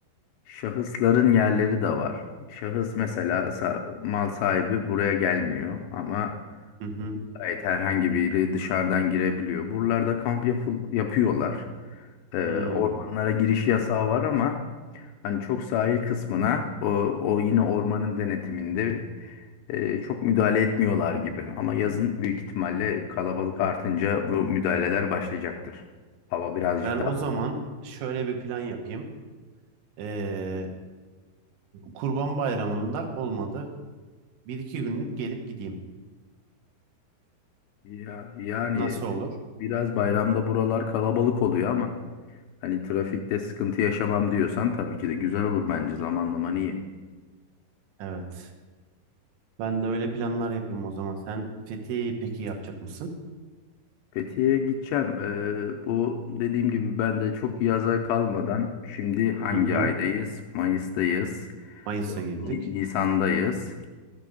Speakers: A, on the left; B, on the right.
A: şahısların yerleri de var. Şahıs mesela sa- mal sahibi buraya gelmiyor ama
B: Hı hı.
A: gayet herhangi biri dışarıdan girebiliyor. Buralarda kamp yapıl- yapıyorlar. Ee,
B: Hmm.
A: ormanlara giriş yasağı var ama Hani çok sahil kısmına o, o yine ormanın denetiminde e, çok müdahale etmiyorlar gibi. Ama yazın büyük ihtimalle kalabalık artınca bu müdahaleler başlayacaktır. Hava birazcık
B: Ben o
A: daha
B: zaman şöyle bir plan yapayım. E, Kurban Bayramı'nda olmadı. Bir iki günlük gelip gideyim.
A: ya, yani
B: Nasıl
A: e,
B: olur?
A: biraz bayramda buralar kalabalık oluyor ama hani trafikte sıkıntı yaşamam diyorsan tabii ki de güzel olur bence zamanlaman iyi.
B: Evet. Ben de öyle planlar yapayım o zaman. Sen Fethiye'yi peki yapacak mısın?
A: Fethiye'ye gideceğim. Ee, bu dediğim gibi ben de çok yaza kalmadan şimdi hangi
B: Hı hı.
A: aydayız? Mayıs'tayız.
B: Mayıs'a girdik.
A: Ni- Nisan'dayız.